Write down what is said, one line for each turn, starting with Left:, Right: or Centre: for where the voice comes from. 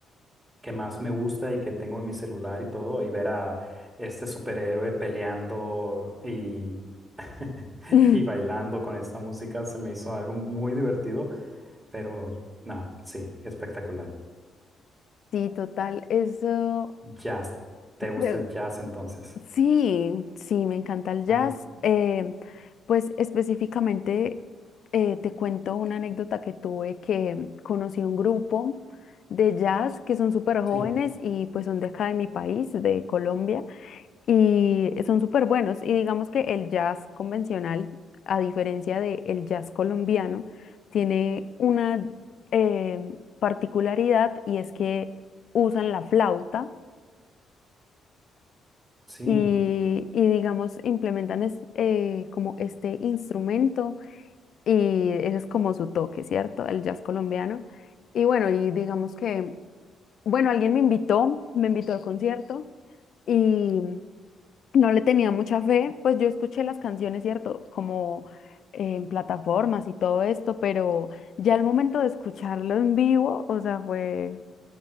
Right: que más me gusta y que tengo en mi celular y todo, y ver a este superhéroe peleando y, <laughs>
Left: <laughs>
Right: y bailando con esta música se me hizo algo muy divertido, pero no, sí, espectacular.
Left: Sí, total. Eso
Right: Jazz. ¿Te gusta
Left: creo.
Right: el jazz entonces?
Left: Sí, sí, me encanta el jazz.
Right: Ajá,
Left: Eh, pues específicamente eh, te cuento una anécdota que tuve que conocí un grupo de jazz que son súper jóvenes
Right: sí,
Left: y pues son de acá de mi país, de Colombia, y son súper buenos. Y digamos que el jazz convencional, a diferencia del jazz colombiano, tiene una eh, particularidad y es que usan la flauta
Right: sí.
Left: y, y, digamos, implementan es- eh, como este instrumento y ese es como su toque, ¿cierto? El jazz colombiano. Y bueno, y digamos que, bueno, alguien me invitó, me invitó al concierto y no le tenía mucha fe, pues yo escuché las canciones, ¿cierto? Como en plataformas y todo esto, pero ya al momento de escucharlo en vivo, o sea, fue,